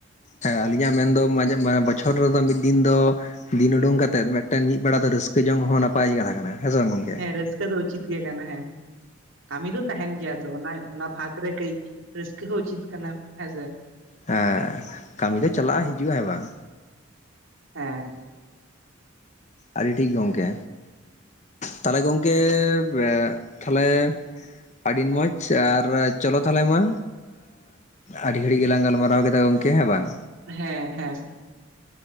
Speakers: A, on the left; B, on the right.
A: ᱦᱮᱸ ᱟᱹᱞᱤᱧᱟᱜ ᱢᱮᱱᱫᱚ ᱵᱚᱪᱷᱚᱨ ᱨᱮᱫᱚ ᱢᱤᱫ ᱫᱤᱱ ᱫᱚ ᱫᱤᱱ ᱩᱰᱩᱝ ᱠᱟᱛᱮᱜ ᱢᱤᱫᱴᱮᱱ ᱢᱤᱫ ᱵᱮᱲᱟ ᱫᱚ ᱨᱟᱹᱥᱠᱟᱹ ᱡᱚᱝ ᱦᱚᱸ ᱱᱟᱯᱟᱭ ᱜᱮ ᱠᱟᱛᱷᱟ ᱠᱟᱱᱟ ᱦᱮᱸ ᱥᱮ ᱵᱟᱝ ᱜᱚᱝᱠᱮ?
B: ᱦᱮᱸ ᱨᱟᱹᱥᱠᱟᱹ ᱫᱚ ᱩᱪᱤᱛ ᱜᱮ ᱠᱟᱱᱟ ᱦᱮᱸ, ᱠᱟᱹᱢᱤ ᱫᱚ ᱛᱟᱦᱮᱱ ᱜᱮᱭᱟ᱾ ᱚᱱᱟ ᱚᱱᱟ ᱯᱷᱟᱠ ᱨᱮ ᱠᱟᱹᱡ ᱨᱟᱹᱥᱠᱟᱹ ᱦᱚᱸ ᱩᱪᱤᱛ ᱠᱟᱱᱟ ᱦᱮᱸᱥᱮ᱾
A: ᱦᱮᱸ ᱠᱟᱹᱢᱤ ᱫᱚ ᱪᱟᱞᱟᱜ ᱦᱤᱡᱩᱜ-ᱟ ᱦᱮᱸ ᱵᱟᱝ?
B: ᱦᱮᱸ᱾
A: ᱟᱹᱰᱤ ᱴᱷᱤᱠ ᱜᱚᱢᱠᱮ, ᱛᱟᱦᱚᱞᱮ ᱜᱚᱢᱠᱮ ᱮᱜ ᱛᱟᱦᱞᱮ ᱟᱹᱰᱤ ᱢᱚᱡᱽ ᱟᱨ ᱪᱚᱞᱚ ᱛᱟᱦᱚᱞᱮ ᱢᱟ ᱟᱹᱰᱤ ᱜᱷᱟᱹᱲᱤᱡ ᱜᱮᱞᱟᱝ ᱜᱟᱞᱢᱟᱨᱟᱣ ᱠᱮᱫᱟ ᱜᱚᱝᱠᱮ ᱦᱮᱸ ᱵᱟᱝ?
B: ᱦᱮᱸ, ᱦᱮᱸ᱾